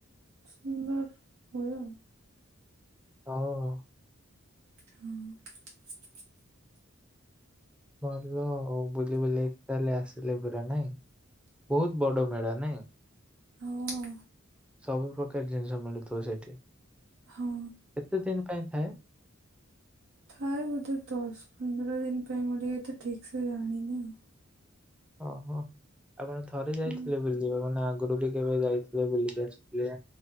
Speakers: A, on the right (about 90°); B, in the centre.
A: ସୁନ୍ଦର ହୁଏ।
B: ହଁ।
A: ହଁ।
B: ଭଲ ଆଉ ବୁଲି ବୁଲିି କି ତାହେଲେ ଆସିଲେ ପୁରା ନାଇଁ। ବହୁତ ବଡ ମେଳା ନାଇଁ?
A: ହଁ।
B: ସବୁ ପ୍ରକାର ଜିନିଷ ମିଳୁଥିବ ସେଠି?
A: ହଁ।
B: କେତେ ଦିନ ପାଇଁ ଥାଏ?
A: ଥାଏ ବୋଧେ ଦଶ ପନ୍ଦର ଦିନ ପାଇଁ ମୁଁ ଟିକେ ଏତେ ଠିକ ସେ ଜାଣିନି ଆଉ।
B: ଓହୋ ଆପଣ ଥରେ ଯାଇଥିଲେ
A: ହଁ।
B: ବୁଲିିବାକୁ ନା ଆଗରୁ ବି କେବେ ଯାଇଥିଲେ ବୁଲିିକି ଆସିଥିଲେ?